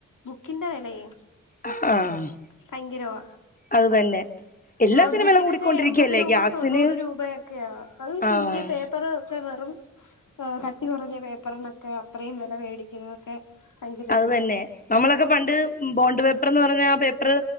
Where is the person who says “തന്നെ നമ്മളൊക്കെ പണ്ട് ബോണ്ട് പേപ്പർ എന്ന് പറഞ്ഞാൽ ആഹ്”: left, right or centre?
Left